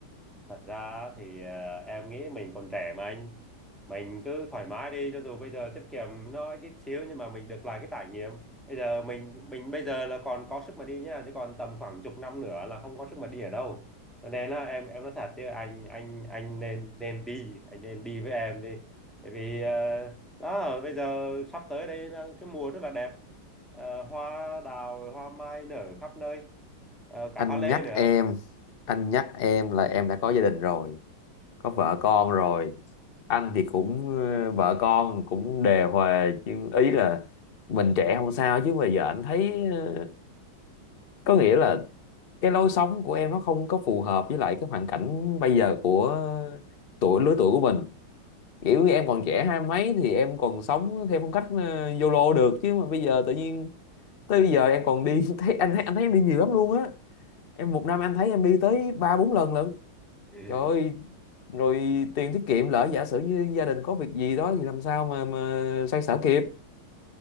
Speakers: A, in the centre; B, on the left.
A: thật ra thì ờ, em nghĩ mình còn trẻ mà anh mình cứ thoải mái đi cho dù bây giờ tiết kiệm nó ít xíu nhưng mà mình được lại cái trải nghiệm bây giờ mình mình bây giờ là còn có sức mà đi nhá chứ còn tầm khoảng chục năm nữa là không có sức mà đi ở đâu cho nên là em em nói thật chứ anh anh anh nên nên đi anh nên đi với em đi tại vì ờ, đó bây giờ sắp tới đây là cái mùa rất là đẹp Ờ, hoa đào hoa mai nở khắp nơi Ờ, cả
B: anh
A: hoa lê
B: nhắc
A: nữa
B: em anh nhắc em là em đã có gia đình rồi có vợ con rồi anh thì cũng ờ, vợ con cũng đề hòa, nhưng ý là mình trẻ không sao chứ bây giờ anh thấy ờ, có nghĩa là cái lối sống của em nó không có phù hợp với lại cái hoàn cảnh bây giờ của tuổi lứa tuổi của mình kiểu như em còn trẻ hai mấy thì em còn sống theo phong cách ờ, YOLO được chứ mà bây giờ tự nhiên tới bây giờ em còn đi <laughs> thấy anh thấy anh thấy em đi nhiều lắm luôn á em một năm anh thấy em đi tới ba bốn lần lận
A: ừ.
B: trời ơi
A: <laughs>
B: rồi tiền tiết kiệm lỡ giả sử như gia đình có việc gì đó thì làm sao mà mà xoay sở kịp